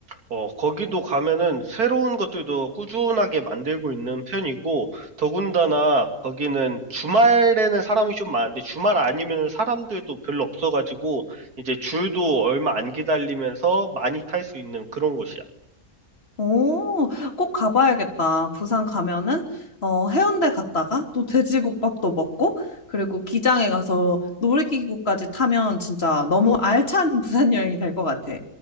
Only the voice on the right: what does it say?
어, 거기도 가면은 새로운 것들도 꾸준하게 만들고 있는 편이고, 더군다나 거기는 주말에는 사람이 좀 많은데, 주말 아니면 사람들도 별로 없어가지고, 이제 줄도 얼마 안 기다리면서 많이 탈 수 있는 그런 곳이야.